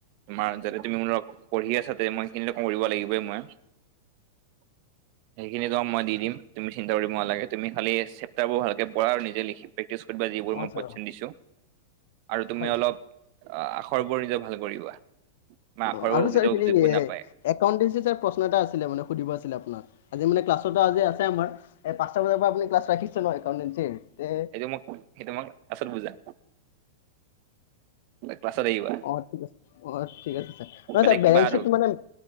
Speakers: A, on the right; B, on the left.
A: তোমাৰ যাতে তুমি মোৰ পঢ়ি আছা, মই সেইখিনি কৰিব লাগিবই মই। <inaudible> সেইখিনি কাম মই দি দিম, তুমি চিন্তা কৰিব নালাগে, তুমি খালি চেপ্তাৰ বোৰ ভালকৈ পঢ়া আৰু- লিখি প্ৰেক্টিছ কৰিবা, যিবোৰ
B: অ
A: মই
B: ছাৰ
A: কোৱেছন দিছো। আৰু তুমি
B: হয়
A: অলপ
B: ছাৰ
A: আখৰবোৰ নিজে ভাল কৰিবা। বা আখৰবোৰ
B: অ', আৰু ছাৰ হেৰি
A: যিবোৰ নাপায়
B: একাউণ্টেঞ্চি ছাৰ প্ৰশ্ন এটা আছিলে মানে, সুধিব আছিলে আপোনাক। আজি মানে ক্লাছত আজি আছে আমাৰ, এ পাঁচটা বজাৰ পৰা আপুনি ক্লাছ ৰাখিছে নহয়, একাউণ্টেন্সী
A: সেইটো, মই সেইটো মই আৰ্টছত বুজা। ই ক্লাছত আহিবা।
B: অ', ঠিক আছে। অ', ঠিক আছে ছাৰ, নহয়
A: বেলেগ
B: ছাৰ বেলেঞ্চ
A: কিবা আৰু
B: শিট মানে